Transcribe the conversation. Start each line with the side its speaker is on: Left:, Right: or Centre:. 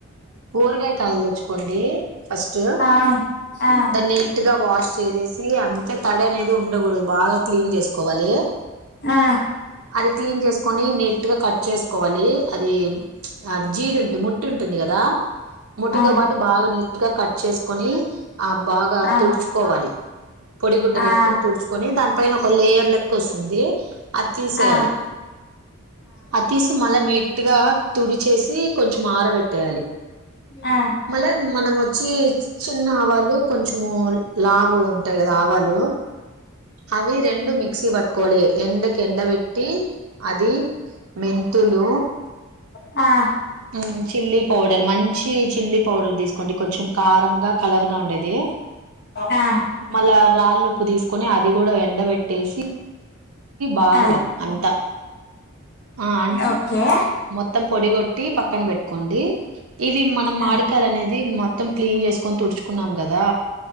Right: ఊరగాయ కలలు తెచ్చుకోండి. ఫస్ట్
Left: ఆ ఆ
Right: దాన్ని నీట్ గా వాష్ చేసేసి, అంతే తడి అనేది ఉండకూడదు బాగా క్లీన్ చేసుకోవాలి.
Left: ఆ
Right: అది క్లీన్ చేసుకొని నీ గా కట్ చేసుకోండి అది అది జీడు ఉంటు ముట్టి ఉంటుంది కదా ముటితో
Left: ఆ
Right: పాటు బాగా నీట్ గా కట్ చేసుకొని ఆ బాగా
Left: ఆ ఆ
Right: తుడుచుకోవాలి పొడిగుడ్డ పెట్టుకుని
Left: ఆ
Right: తుడుచుకొని దాన్ని పైన ఒక లేయర్ లెక్క వస్తుంది అది తీసేయాలి
Left: ఆ
Right: అ తీసి మళ్ళా నీట్ నీటిగా తుడి చేసి కొంచెం ఆరబెట్టేయాలి
Left: ఆ
Right: మళ్ళా మనం వచ్చి చిన్న ఆవాలు కొంచెము లావు ఉంటాయి కదా ఆవాలు అవి రెండూ మిక్సీ పట్టుకోవాలి ఎండకి ఎండ పెట్టి అది మెంతులు
Left: ఆ
Right: ఉ చిల్లీ పౌడర్ మంచి చిల్లీ పౌడర్ తీసుకోండి కొంచెం కారం గా కలర్ గా ఉండేది
Left: ఆ
Right: మళ్ళా రాళ్ళుప్పు తీస్ కొని అది కూడా ఎండ బే ట్టేసి బాగా
Left: ఆ
Right: అంట ఆ అం
Left: ఓకే
Right: మొత్తం పొడి కొ పక్కన పెట్టుకోండి ఇవి మనం మాడికాయలు
Left: ఆ
Right: అనేది మొత్తం క్లీన్ చేసుకొని తుడుచుకున్నాం కదా